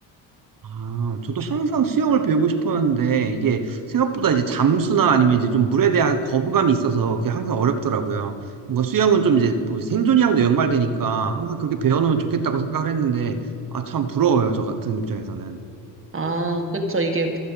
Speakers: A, on the right; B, on the right.
A: 아, 저도 항상 수영을 배우고 싶었는데 이게 생각보다 이제 잠수나 아니면 이제 좀 물에 대한 거부감이 있어서 그게 항상 어렵더라고요. 뭔가 수영은 좀 이제 뭐 생존이랑도 연관되니까 항상 그렇게 배워놓으면 좋겠다고 생각을 했는데 아, 참 부러워요. 저 같은 입장에서는.
B: 아, 그쵸. 이게